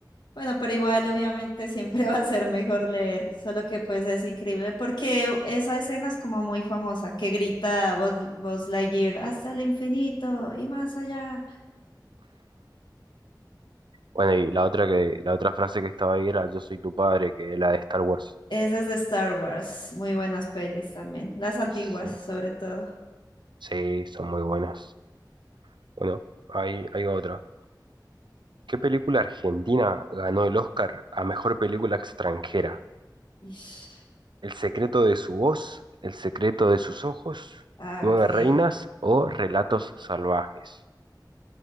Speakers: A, on the left (about 75°); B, on the right (about 85°).
A: Bueno, pero igual obviamente siempre <laughs> va a ser mejor leer, solo que pues es increíble porque esa escena es como muy famosa, que grita Buzz, Buzz Lightyear hasta el infinito y más allá.
B: Bueno, y la otra que, la otra frase que estaba ahí era Yo soy tu padre, que es la de Star Wars.
A: Esa es de Star Wars, muy buenas pelis también, las antiguas
B: Sí,
A: sobre todo.
B: sí, son muy buenas. Bueno, hay, hay otra. ¿Qué película argentina ganó el Oscar a mejor película extranjera?
A: Ish.
B: El secreto de su voz, el secreto de sus ojos,
A: Ah,
B: nueve
A: ok.
B: reinas o relatos salvajes.